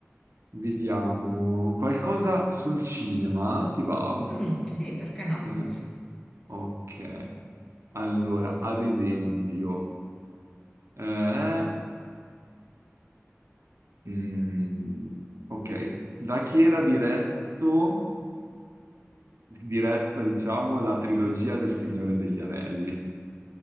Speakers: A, on the right; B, on the left.
A: Vediamo qualcosa sul cinema, ti va?
B: Mm, sì, perché no?
A: Eh, Ok. Allora, ad esempio, eh, mm, ok, da chi era diretto, diretta, diciamo, la trilogia del Signore degli Anelli?